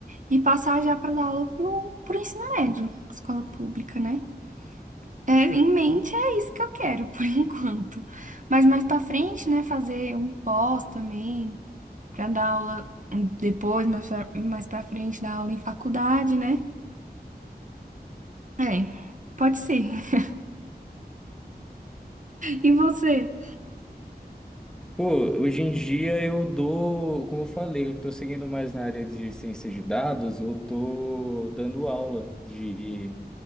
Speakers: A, on the right; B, in the centre.
A: e passar já para dar aula pro, pro ensino médio, escola pública, né? É, em mente é isso que eu quero <laughs> por enquanto. Mas mais para frente, né, fazer um pós também, para dar aula depois, mais pra, mais para frente dar aula em faculdade, né? É, pode ser. <laughs> E você?
B: Pô, hoje em dia eu dou, como eu falei, eu tô seguindo mais na área de ciência de dados, eu tô dando aula de